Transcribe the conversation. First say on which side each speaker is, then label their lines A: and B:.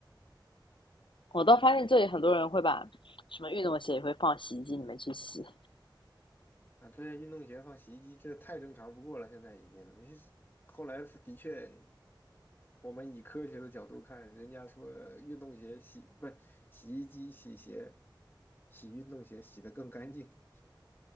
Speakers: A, on the left (about 85°); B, on the left (about 25°).
A: 我倒发现这里很多人会把什么运动鞋也会放洗衣机里面去洗，
B: 啊，对，运动鞋放洗衣机，这太正常不过了，现在已经。你是后来的确，我们以科学的角度看，人家说运动鞋洗，不，洗衣机洗鞋，洗运动鞋洗得更干净，